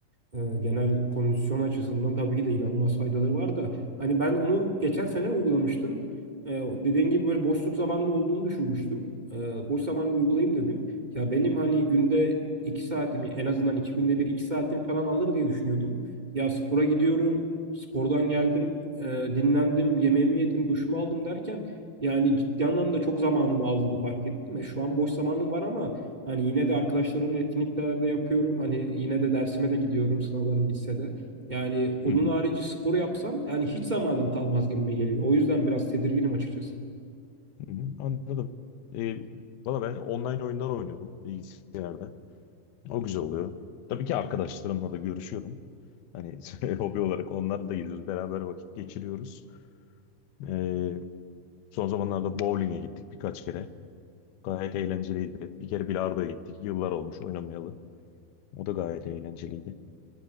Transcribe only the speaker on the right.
e, genel kondisyon açısından tabii ki de inanılmaz faydaları var da hani ben onu geçen sene uygulamıştım. E, o dediğin gibi böyle boşluk zamanım olduğunu düşünmüştüm. E, boş zamanı uygulayayım dedim. Ya benim hani günde iki saatimi en azından iki günde bir iki saatim falan alır diye düşünüyordum. Ya spora gidiyorum, spordan geldim, e, dinlendim, yemeğimi yedim, duşumu aldım derken yani ciddi anlamda çok zamanımı aldığını fark ettim. E, şu an boş zamanım var ama Hani yine de arkadaşlarımla etkinliklerde yapıyorum. Hani yine de dersime de gidiyorum sınavlarım bitse de. Yani onun
harici spor yapsam yani hiç zamanım kalmaz gibime geliyor. O yüzden biraz tedirginim açıkçası.